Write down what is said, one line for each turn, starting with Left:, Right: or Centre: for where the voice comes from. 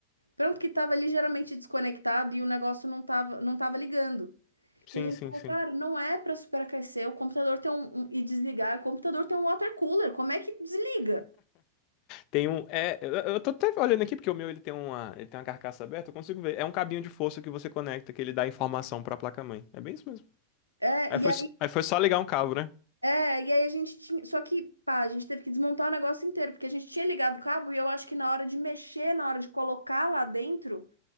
Right: pronto, que tava ligeiramente desconectado e o negócio não tava, não tava ligando.
Left: Sim,
Right: E a gente
Left: sim,
Right: falou,
Left: sim.
Right: cara, não é para superaquecer, o computador tem um, um- e desligar, o computador tem um water cooler, como é que desliga?
Left: Tem um, é, eu eu tô até olhando aqui porque o meu ele tem uma, ele tem uma carcaça aberta, eu consigo ver. É um cabinho de força que você conecta que ele dá informação pra placa-mãe. É bem isso mesmo.
Right: É,
Left: Aí
Right: e
Left: foi,
Right: aí,
Left: s- aí foi só ligar um cabo, né?
Right: é, e aí a gente tinha, só que, pá, a gente teve que desmontar o negócio inteiro, porque a gente tinha ligado o cabo e eu acho que na hora de mexer, na hora de colocar lá dentro,